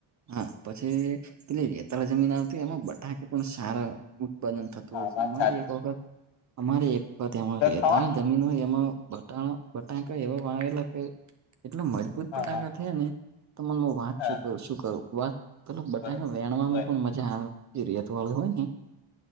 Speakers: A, on the right; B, on the left.
A: હા, પછી પેલે રેતાળ જમીન આવતી. એમાં બટાકા પણ સારા ઉત્પાદન થતું
B: હા
A: હોય
B: વાત સાચી
A: છે. અમારે એક વખત અમારે
B: છે
A: એક
B: ખાવા
A: વખત એ જમીનમાં એમાં બટાણા, બટાંકા એવા વાવેલા કે એટલે મજબૂત પણ
B: હા
A: બટાકા
B: હા
A: થયા ને. તો મન વાત
B: હા
A: શું કરો, શું કરું? પેલો બટાકા
B: બરોબર
A: વેણવામાં પણ મજા આવે. રેતવાળું હોય ને.